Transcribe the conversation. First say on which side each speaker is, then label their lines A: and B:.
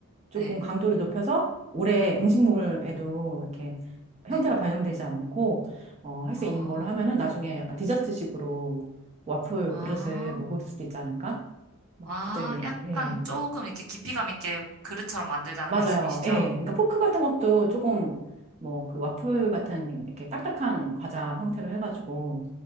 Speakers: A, on the right (about 30°); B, on the right (about 80°).
A: 조금
B: 네.
A: 강도를 높여서 오래 음식물에도 이렇게 형태가
B: 네.
A: 변형되지 않고 어, 할 수
B: 아,
A: 있는 걸로 하면은 나중에 약간 디저트식으로 와플
B: 아,
A: 그릇을 먹을 수도 있지 않을까? 막
B: 아,
A: 갑자기
B: 약간
A: 예.
B: 조금 이렇게 깊이감 있게 그릇처럼 만들자는
A: 맞아요.
B: 말씀이시죠?
A: 예. 그러니까 포크 같은 것도 조금 뭐 그 와플 같은 이렇게 딱딱한 과자 형태로 해가지고